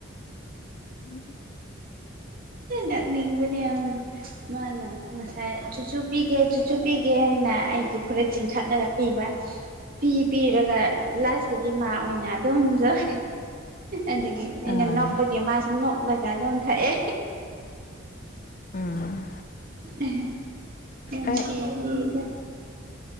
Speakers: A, on the left; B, on the right.
A: ꯎꯝ
B: ꯅꯣꯛꯅꯤꯡꯕꯅꯦ ꯃꯥꯅ ꯉꯁꯥꯏ ꯆꯨꯆꯨ ꯄꯤꯒꯦ ꯆꯨ ꯆꯨ ꯄꯤꯒꯦ ꯍꯥꯏꯅ ꯑꯩꯒꯤ ꯐꯨꯔꯤꯠ ꯆꯤꯡꯇꯠꯂꯒ ꯄꯤꯕ ꯄꯤ ꯄꯤꯔꯒ ꯂꯥꯁꯇꯗꯤ ꯃꯥ ꯑꯣꯏꯅ ꯑꯗꯨꯝ ꯖꯣꯏ ꯑꯗꯒꯤ ꯑꯩꯅ
A: ꯑꯥ
B: ꯅꯣꯛꯄꯒꯤ ꯃꯥꯁꯨ ꯅꯣꯛꯂꯒ ꯑꯗꯨꯝ ꯊꯛꯑꯦ
A: ꯎꯝ
B: ꯑꯍꯦ ꯅꯨꯡꯁꯤꯕꯅꯤꯗ
A: ꯑꯩ